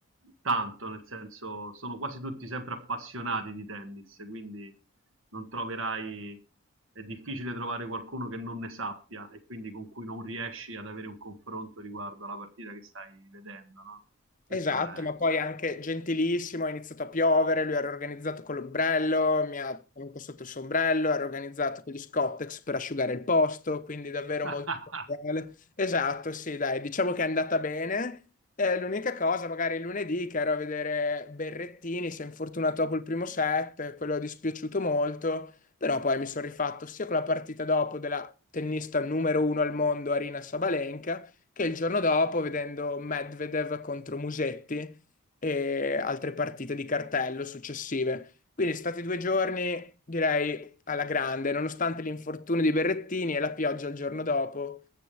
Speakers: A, on the right; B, on the left.
A: tanto, nel senso sono quasi tutti sempre appassionati di tennis, quindi non troverai, è difficile trovare qualcuno che non ne sappia e quindi con cui non riesci ad avere un confronto riguardo alla partita che stai vedendo, no? Questo
B: Esatto,
A: è...
B: ma poi anche gentilissimo, ha iniziato a piovere, lui era organizzato con l'ombrello, mi ha tenuto sotto il sombrello, era organizzato con gli Scottex per asciugare il posto, quindi davvero
A: <laughs>
B: molto cordiale. Esatto, sì, dai, diciamo che è andata bene. Eh, l'unica cosa, magari lunedì che ero a vedere Berrettini, si è infortunato dopo il primo set, quello è dispiaciuto molto, però poi mi sono rifatto sia con la partita dopo della tennista numero uno al mondo, Arina Sabalenka, che il giorno dopo, vedendo Medvedev contro Musetti e altre partite di cartello successive. Quindi sono stati due giorni, direi, alla grande, nonostante l'infortunio di Berrettini e la pioggia il giorno dopo.